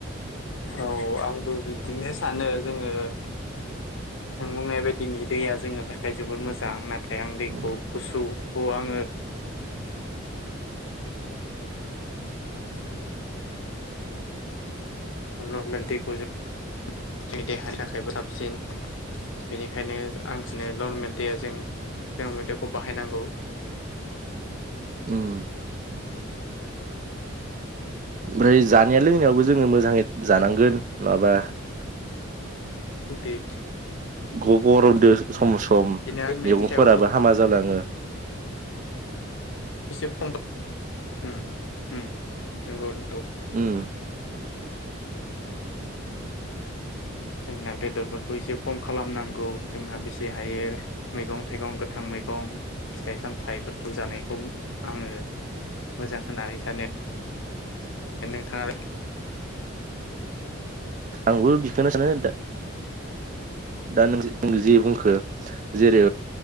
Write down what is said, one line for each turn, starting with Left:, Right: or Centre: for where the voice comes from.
Left: औ आंबो बिदिनो सानो जोङो आं बुंनाय बायदिनि दैया जोंनो थाखाय जोबोर मोजां नाथाय आं दैखौ
Right: उम
Left: गुसु। खौ आङो। नर्मेल दैखौ जों जोंनि देहानि थाखायबो साबसिन बेनिखायनो आंसिनो नरमेल दैया जों खौ बाहायनांगौ।
Right: उम। ओमफ्राय जानाया लोंनायावबो जोङो मोजाङै जानांगोन नङाबा।
Left: <unintelligible>
Right: गरमजों सम सम मैगंफोराबो
Left: लोंनायनि सायावबो
Right: हामा जालाङो
Left: <unintelligible> नंगौ नंगौ
Right: उम
Left: जोंना बेदरफोरखौ एसे खम खालामनांगौ जोंना बेसे हायो मैगं थाइगं गोथां मैगं फिथाइ सामथाइफोरखौ जानायखौ आङो मोजां होननानै सानो ‌। नोंथाङा
Right: आंबो बिखौनो सानो दा। दा नों नों जि बुंखो जेरै